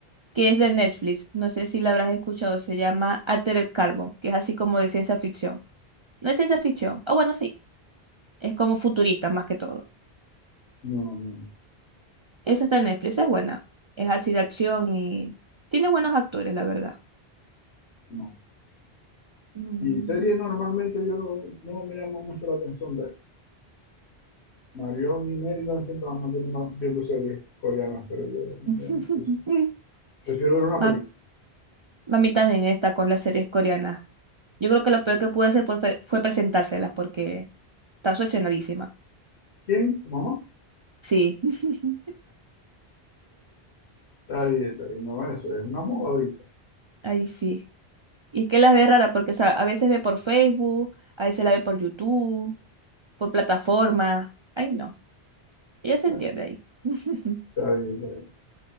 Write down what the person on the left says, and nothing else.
No, no,
no.
Y series normalmente yo no, no me llamo mucho la atención ver. Marion y Maryland siempre han mantenido viendo series coreanas, pero yo no
me llama la atención. Prefiero ver una
película.
¿Quién? ¿Tu mamá?
Está bien, está bien. No, eso es una moda ahorita.
Ah,
Está bien, está bien.